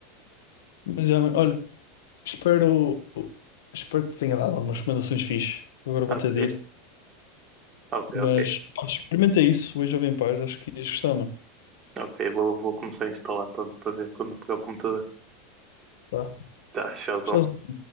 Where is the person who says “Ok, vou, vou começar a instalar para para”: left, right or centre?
Right